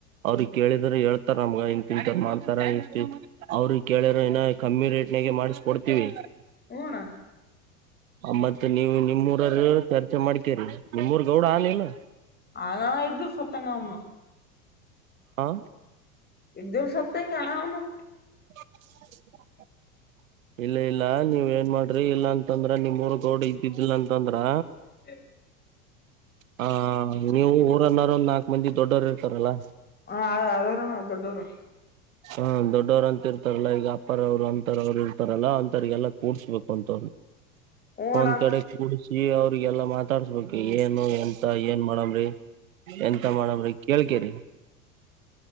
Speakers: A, on the right; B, on the left.
A: ಅವ್ರಗ್ ಕೇಳಿದ್ರೆ ಹೇಳ್ತಾರ ನಮ್ಗ ಇನತಿಂತ ಮಾಡ್ತಾರೆ ಇಷ್ಟ್ ಅವರಿಗೆ ಕೇಳಿರೆ ಇನ್ನ ಕಮ್ಮಿ ರೇಟ್ನಾಗೆ ಮಾಡಿಸಿ ಕೊಡ್ತೀವಿ.
B: ಹ್ಮ್ ಅಣ್ಣ
A: ಮತ್ ನೀವ್ ನಿಮ್ಮೂರೊರು ಚರ್ಚೆ ಮಾಡ್ಕೇರಿ ನಿಮ್ಮೂರ್ ಗೌಡ ಹನ್ ಇಲ್ಲ.
B: ಅಣ್ಣ ಇದ್ರೂ ಸತ್ತಂಗೆ ಅವನೂ.
A: ಹಾ
B: ಇದ್ರೂ ಸತಂಗೆ ಅಣ್ಣ ಅವನು.
A: <unintelligible> ಇಲ್ಲ ಇಲ್ಲ ನೀವ್ ಏನ್ ಮಾಡ್ರಿ ಇಲ್ಲ ಅಂತಂದ್ರೆ ನಿಮ್ಮೂರ್ ಗೌಡ ಇದ್ದಿದ್ದಿಲ್ಲ ಅಂತಂದ್ರೆ
B: ಎ <unintelligible>
A: ಹ ನೀವು ಊರನ್ನೋರ್ ಒಂದ್ ನಾಲ್ಕ್ ಮಂದಿ ದೊಡ್ಡೋರು ಇರ್ತಾರಲ್ಲಾ.
B: ಹ ಅದೇರೆ ದೊಡ್ಡೊರು.
A: ಹಾ ದೊಡ್ಡೊವರ ಅಂತ ಇರ್ತಾರಲ್ಲಾ ಈಗ ಅಪ್ಪರವ್ರು ಅಂತರವ್ರು ಇರ್ತಾರಲ್ಲ ಅಂತವರಿಗೆಲ್ಲ ಕೂಡ್ಸ್ಬೇಕು ಅಂತವ್ರುನ
B: ಹ್ಮ
A: ಒಂದ್
B: ಅಣ್ಣ
A: ಕಡೆ ಕೂಡ್ಸಿ ಅವ್ರಿಗೆಲ್ಲಾ ಮಾತಾಡ್ಸ್ಬೇಕು ಈಗ್ ಇ ಎಂತ ಏನ್ ಮಾಡಮ್ರಿ ಎಂತ ಮಾಡಮ್ರಿ ಕೇಳ್ಕೇರಿ.